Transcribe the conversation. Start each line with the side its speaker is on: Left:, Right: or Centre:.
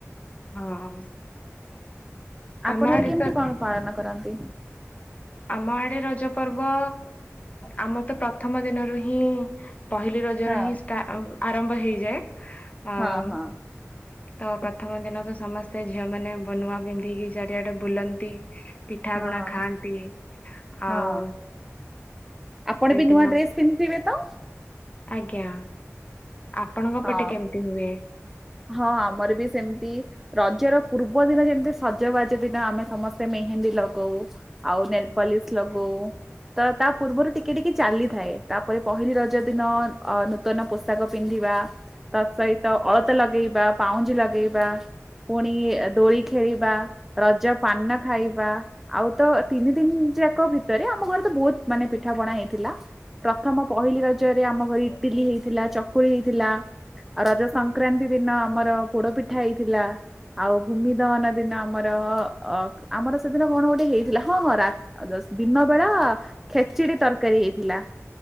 Left: ହଁ
Centre: ଆପଣ
Left: ଆମ
Centre: ଆଡେ କେମ୍ତି
Left: ତ
Centre: କଣ ପାଳନ କରନ୍ତି?
Left: ଆମ ଆଡେ ରଜ ପର୍ବ ଆମର ତ ପ୍ରଥମ ଦିନରୁ ହିଁ ପହିଲି ରଜରେ
Centre: ହଁ
Left: ହିଁ ଷ୍ଟା ଆରମ୍ଭ ହେଇଯାଏ, ଉଁ
Centre: ହଁ ହଁ
Left: ତ ପ୍ରଥମ ଦିନ ତ ସମସ୍ତେ ଝିଅମାନେ ବ ନୁଆ ପିନ୍ଧିକି ଚାରିଆଡେ ବୁଲନ୍ତି। ପିଠା
Centre: ହଁ
Left: ପଣା ଖାଆନ୍ତି। ଆଉ
Centre: ହଁ ଆପଣ
Left: ସେଇଦିନ
Centre: ବି ନୂଆ ଡ୍ରେସ୍ ପିନ୍ଧିଥିବେ ତ?
Left: ଆଜ୍ଞା ଆପଣଙ୍କ
Centre: ହଁ
Left: ପଟେ କେମ୍ତି ହୁଏ?
Centre: ହଁ ଆମର ବି ସେମ୍ତି ରଜର ପୂର୍ବ ଦିନ ଯେମ୍ତି ସଜବାଜ ଦିନ ଆମେ ସମସ୍ତେ ମେହେନ୍ଦୀ ଲଗଉ। ଆଉ ନେଲପଲିସ୍ ଲଗଉ। ତ ତା ପୂର୍ବରୁ ଟିକେ-ଟିକେ ଚାଲିଥାଏ, ତାପରେ ପହିଲି ରଜ ଦିନ ଅ ନୂତନ ପୋଷାକ ପିନ୍ଧିବା ତା ସହିତ ଅଳତା ଲଗେଇବା, ପାଉଁଜି ଲଗେଇବା। ପୁଣି ଦୋଳି ଖେଳିବା, ରଜ ପାନ ଖାଇବା। ଆଉ ତ ତିନି ଦିନ୍ ଯାକ ଭିତରେ ଆମ ଘରେ ତ ବହୁତ୍ ମାନେ ପିଠାପଣା ହେଇଥିଲା। ପ୍ରଥମ ପହିଲି ରଜରେ ଆମ ଘରେ ଇଟିଲି ହେଇଥିଲା, ଚକୁଳି ହେଇଥିଲା, ଆଉ ରଜ ସ ସଂକ୍ରାନ୍ତି ଦିନ ଆମର ପୋଡ ପିଠା ହେଇଥିଲା। ଆଉ ଭୂମି ଦହନ ଦିନ ଆମର ଅ ଆମର ସେଦିନ କଣ ଗୋଟେ ହେଇଥିଲା, ହଁ-ହଁ ରା ଆଉ ଦଶ୍ ଦିନ ବେଳା ଖେଚିଡି ତରକାରୀ ହେଇଥିଲା।